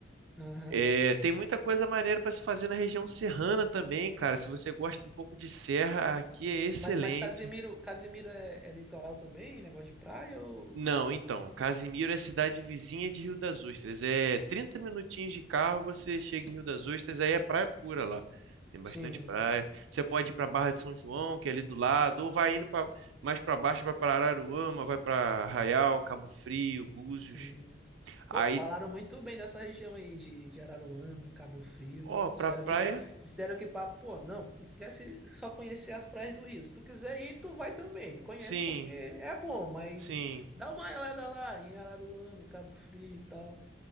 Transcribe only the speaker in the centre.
Aham.
Mas, mas Casimiro, Casimiro é, é litoral também? Negócio de praia ou...
Sim,
sim. Pô,
falaram muito bem dessa região aí de, de Araruama, Cabo Frio.
Disseram
que, disseram que, pra- pô, não, esquece só conhecer as praias do Rio. Se tu quiser ir, tu vai também. Tu conhece
porque é bom, mas
dá uma olhada lá em Araruama, em Cabo Frio e tal.